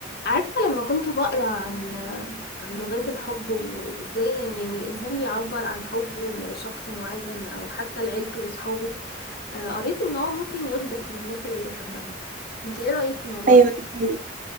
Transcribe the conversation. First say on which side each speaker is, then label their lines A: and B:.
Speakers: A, on the left; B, on the right.
A: عارفة لما كنت بقرأ عن عن لغات الحب و- وازاي يعني الإنسان بيعبر عن حبه لشخص معين أو حتى لعيلته وصحابه آه، قريت إن هو ممكن يطبخ للناس اللي بيحبها انت ايه رأيك في الموضوع
B: ايوه
A: ده؟
B: ده حقيقي.